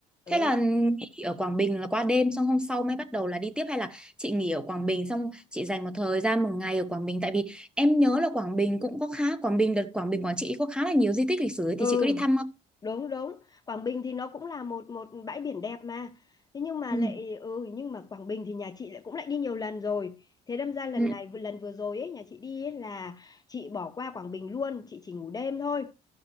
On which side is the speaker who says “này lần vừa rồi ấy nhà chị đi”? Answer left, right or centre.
Left